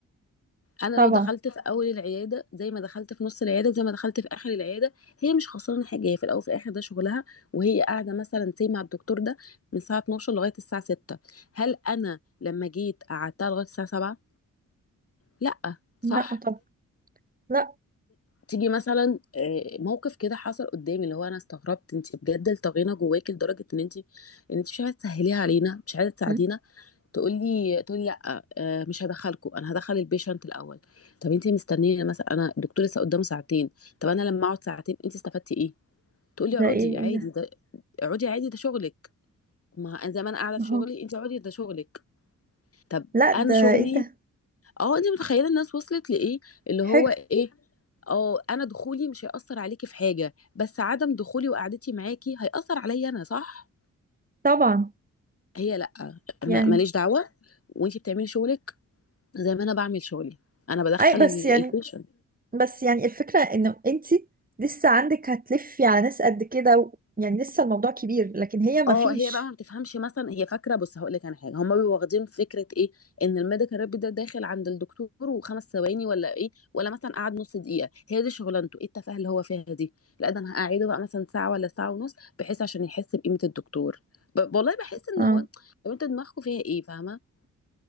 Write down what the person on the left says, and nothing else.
انا
لو دخلت في اول العياده زي ما دخلت في نص العياده زي ما دخلت في اخر العياده هي مش خسرانه حاجه هي في الاول وفي الاخر ده شغلها وهي قاعده مثلا سي مع الدكتور ده من الساعه 12 لغايه الساعه 6 هل انا لما جيت قعدتها لغايه الساعه 7 لا صح
تيجي مثلا آه، موقف كده حصل قدامي اللي هو انا استغربت انت بجد الطغينه جواك لدرجه ان انت ان انت مش عايزه تسهليها علينا مش عايزه تساعدينا
تقول لي تقول لي لا آه، مش هدخلكم انا هدخل البيشنت الاول طب انت مستنيه مثلا انا الدكتور لسه قدامه ساعتين طب انا لما اقعد ساعتين انت استفدتي ايه تقول لي
اقعدي
عادي ده اقعدي عادي ده شغلك ما انا زي ما انا قاعده
في شغلي
انت اقعدي ده شغلك طب
انا شغلي
اه انت متخيله الناس وصلت لايه اللي
هو ايه اه انا دخولي مش هيأثر عليكي في حاجه بس عدم دخولي وقعدتي معاكي هيأثر عليا انا صح
هي لا ما-
ماليش دعوه وانت بتعملي شغلك زي ما أنا باعمل شغلي، أنا بادخّل
ال
الpatient
آه،
هي بقى ما بتفهمش مثلًا هي فاكرة بُص هاقول لِك أنا حاجة، هُم بيبقوا واخدين فكرة إيه، إن الmedical rep ده داخل عند الدكتور و5 ثواني والّا إيه، والّا مثلًا قعد نُص دقيقة، هي دي شغلانته، إيه التفاهة اللي هو فيها دي؟ لأ ده أنا هاقعّده بقى مثلًا ساعة والّا ساعة ونُص بحيث عشان يحس بقيمة الدكتور، ب والله باحس إن
هو طب أنتم دماغكم فيها إيه، فاهمة؟